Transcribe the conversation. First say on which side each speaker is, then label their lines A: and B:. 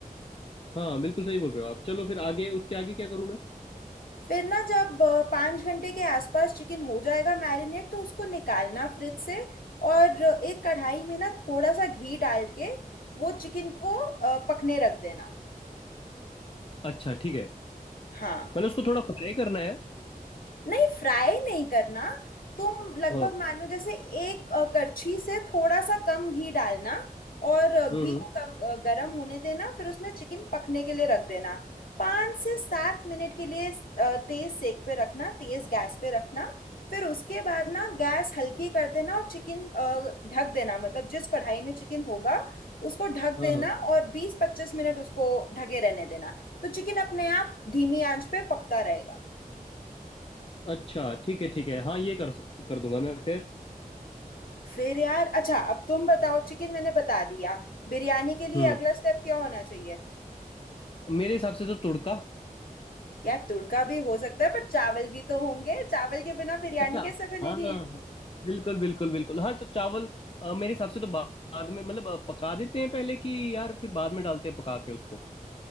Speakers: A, on the left (about 40°); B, on the left (about 75°).
A: हाँ बिल्कुल सही बोल रहे हो आप चलो फिर आगे उसके आगे क्या करूँ मैं
B: फिर ना जब अ, पाँच घंटे के आसपास चिकन हो जाएगा मैरिनेट तो उसको निकालना फ्रिज से और एक कढ़ाई में ना थोड़ा सा घी डाल के वो चिकन को अ, पकने रख देना
A: अच्छा ठीक है
B: हाँ
A: मैंने उसको थोड़ा फ्राई करना है
B: नहीं फ्राई नहीं करना तुम लगभग
A: हाँ
B: मानो जैसे एक अ, करछी से थोड़ा सा कम घी डालना और अ, घी
A: हम्म हम्म,
B: को कम अ, गर्म होने देना फिर उसमें चिकन पकने के लिए रख देना पाँच से सात मिनट के लिए अ, तेज सेक पे रखना तेज गैस पे रखना फिर उसके बाद ना गैस हल्की कर देना और चिकन अ, ढक देना मतलब जिस कढ़ाई में चिकन होगा उसको ढक
A: हाँ
B: देना
A: हाँ
B: और बीस पच्चीस मिनट उसको ढके रहने देना तो चिकन अपने आप धीमी आंच पे पकता रहेगा
A: अच्छा ठीक है ठीक है हाँ ये कर सक कर दूंगा मैं फिर
B: फिर यार अच्छा अब तुम बताओ चिकन मैंने बता दिया बिरयानी के लिए
A: हम्म
B: अगला स्टेप क्या होना चाहिए
A: मेरे हिसाब से तो तुड़का
B: यार तुड़का भी हो सकता है पर चावल भी तो होंगे चावल के बिना बिरयानी
A: अच्छा
B: कैसे
A: हाँ
B: बनेगी
A: हाँ, हाँ। बिल्कुल बिल्कुल बिल्कुल हाँ तो चावल अ, मेरे हिसाब से तो बा- बाद में मतलब अ, पका देते हैं पहले कि यार फिर बाद में डालते हैं पका के उसको